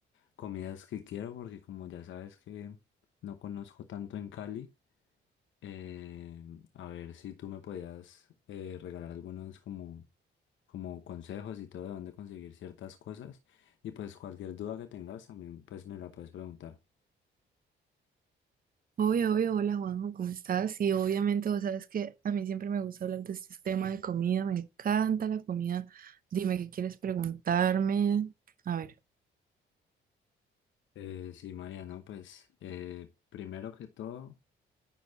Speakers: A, on the left; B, on the right.
A: comidas que quiero, porque como ya sabes que no conozco tanto en Cali, eh, a ver si tú me podías eh, regalar algunos como como consejos y todo de dónde conseguir ciertas cosas. Y pues cualquier duda que tengas también pues me la puedes preguntar.
B: Obvio, obvio, hola Juanjo, ¿cómo estás? Y obviamente vos sabes que a mí siempre me gusta hablar de este tema de comida, me encanta la comida. Dime qué quieres preguntarme. A ver,
A: Eh, sí, María, no, pues eh, primero que todo